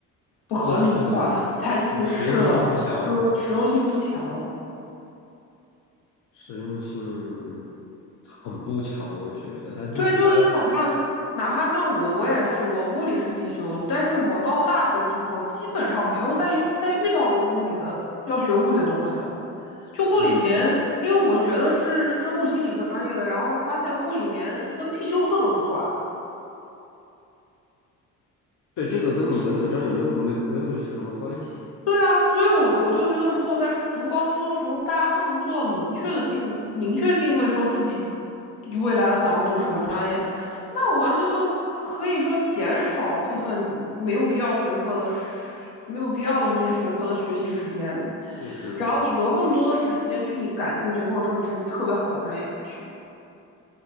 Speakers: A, on the left (about 80°); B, on the left (about 65°).
A: 不合理吧，
B: 应试教育我实用性不强，
A: 太应试了，对，实用性不强。
B: 实用性很不强，我觉得它就是大家，
A: 对，就是哪怕哪怕像我，我也是，我物理是必修，但是我到大学之后，基本上没有再遇再遇到过物理的要学物理的东西了。就物理连，
B: 嗯，嗯，
A: 因为我学的是生物心理专业的，然后发现物理连一个必修课都不算。
B: 对，这个跟你的那个专业没有没没有什么关系，
A: 对啊，所以我我就觉得，如果在读高中的时候，大家都能做到明确的定明确定位，说自己未来要想要读什么专业，那我完全就可以说减少部分没有必要学科的时没有必要的那些学科的学习时间，
B: 嗯哼，
A: 然后你挪更多的时间去你感兴趣或者说你成绩特别好的专业里去。